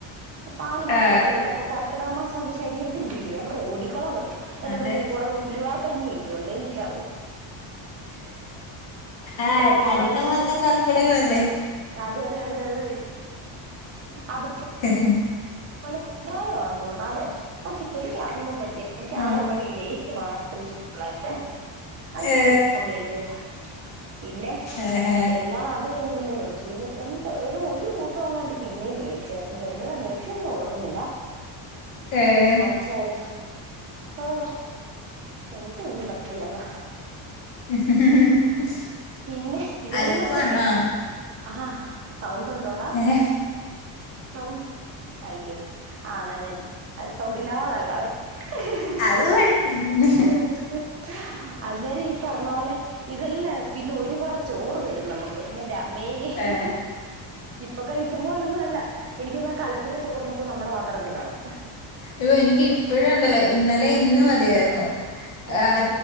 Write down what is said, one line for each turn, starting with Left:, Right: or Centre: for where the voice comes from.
Right: ഇപ്പ പാല് മാത്രല്ലല്ലോ
Left: ആ
Right: അപ്പ കർക്കിടക മാസാകുമ്പോ ശരീരത്തിൽ പിടിക്കില്ലേ ഓടിക്കോളാൻ പറ എന്റെറെ
Left: അതെ
Right: പൊന്നെ കൊറെ ഉലിവാ കഞ്ഞയൊക്കേണ്ടേ എനിക്ക
Left: ആഹ്
Right: ഉലുവായിട്ട്
Left: അടുത്ത മാസം കർക്കിടകല്ലേ
Right: അതെ അതെ അതെ അതെ അത്പ്പോ
Left: ആഹ്
Right: <unintelligible> തോന്നുന്നു അതെ ഓ എനിക്ക് അതൊന്നും പറ്റികേല എനിക്ക്
Left: ആ
Right: ആകെ പാടെ എനിക്ക് ലേഹിയം മാത്രം ഇഷ്ട ല്ലെ ആഹ്
Left: ഏ
Right: ഒരു സ്പൂൺ കഴിക്കരാ പിന്നെ
Left: ഏഹ്
Right: എല്ലാ അത് കഴിഞ് പിന്നെ നിർത്തി എന്താ ഏതോ ഒരു കൂട്ടോകാണ്ട് പിന്നെയും മേടിച്ചാരുന്നു എന്നാ ച്ചേ ഞാൻ ഓർക്കുന്നില്ല
Left: ഏഹ്
Right: വിചാർ ഓഹ് എനിക്കൊന്നും പറ്റത്തില്ലപ്പ
Left: ഹി ഹിഹി
Right: പിന്നെ ഇതെല്ലാം
Left: അലക്കവാണോ
Right: സഹിക്കാം ആഹാ സൗണ്ട് ഉണ്ടോടാ
Left: ഏഹ്
Right: സൗണ്ട് അയ്യോ ആഹ് എന്നാ ഞാൻ സൗണ്ട് ഇല്ലാതേ ലാക്കവേ ഉഹി ഹിഹി
Left: അത് കൊഴപ്പില്ല പിന്നെ
Right: ഹു ഹി അത് നേരം ഈഹ് പറഞ്ഞ പോലെ ഇതല്ലേ പിന്നെ ഒരു പറചോറ് തരും നമ്മക്ക് എന്റെ മേഹ്
Left: ഏ
Right: ഇപ്പൊ കഴിക്കുമ്പോലൊന്നുല്ലാ എനിക്കൊന്നാ ആഹ് കലത്തിലെ ചോറ് മൊത്തം നമ്മടെ പാത്രത്തിൽ കാണും
Left: ആഹ് എനിക്ക് ഇപ്പഴും ഇണ്ടല്ലോ ഇന്നലെ ഇന്നുതിയായിരുന്നു
Right: ആഹാ
Left: ആഹ്